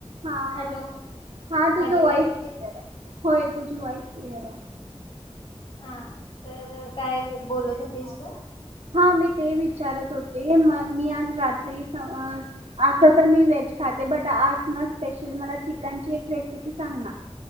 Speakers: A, on the right; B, on the left.
A: हा हा
B: हॅलो
A: हा तुझ
B: माझी
A: वॉईस
B: वॉइस येते
A: होय तुझी वाईस क्लियर आहे.
B: हा तर काय बोलत होतीस तू
A: हा मी तेच विचारत होते, मी आज रात्री अस तर मी व्हेज खाते, बट आज ना स्पेशली मला चिकनची एक रेसिपी सांग ना